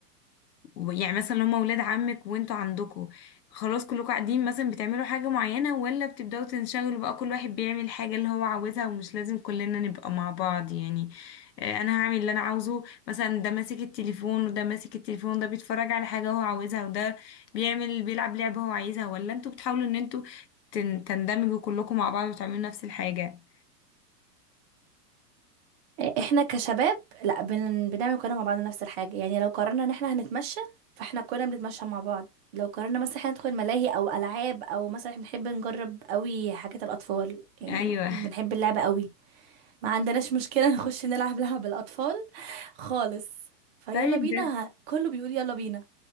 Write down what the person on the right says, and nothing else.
احنا كشباب لا بن... بنعمل كلنا مع بعض نفس الحاجه يعني لو قررنا ان احنا هنتمشى فاحنا كلنا بنتمشى مع بعض لو قررنا مثلا احنا ندخل ملاهي او العاب او مثلا احنا بنحب نجرب قوي حاجات الاطفال يعني
بنحب اللعبه قوي ما عندناش مشكلة نخش نلعب لعب الأطفال خالص فيلا
بينا
ه- كله بيقول يلا بينا